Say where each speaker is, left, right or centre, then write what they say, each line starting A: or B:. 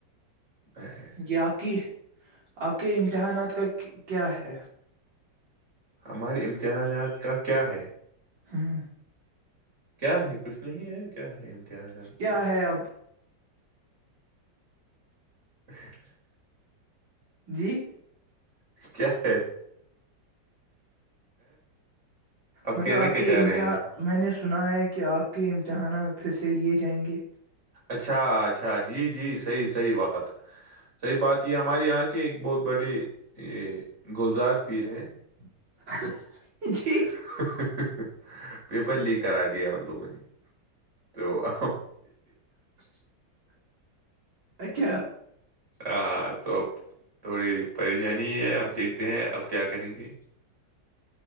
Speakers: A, on the right; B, on the right.
A: ہے
B: جی آپ کی آپ کے امتحانات کا کیا ہے؟
A: ہمارے امتحانات کا کیا ہے
B: ہاں
A: کیا ہے کچھ نہیں ہے کیا ہے امتحان اس
B: کیا
A: کا
B: ہے اب
A: <unintelligible>
B: جی
A: کیا ہے ا اب
B: مطلب
A: کہنا
B: آپ
A: کیا
B: کے
A: چاہ
B: امتحان
A: رہے ہیں
B: میں نے سنا ہے کہ آپ کے امتحانات پھر سے لیے جائیں گے
A: اچھا اچھا جی جی صحیح صحیح بات صحیح بات یہ ہمارے یہاں کی ایک بہت بڑی یہ گلزار پیر ہے
B: <unintelligible>
A: <unintelligible>
B: جی
A: پیپر لیک کرا دیا ان لوگوں نے تو ا
B: <unintelligible> اچھا
A: ا تو اب تھوڑی پریشانی ہے آپ دیکھتے ہیں اب کیا کریں گے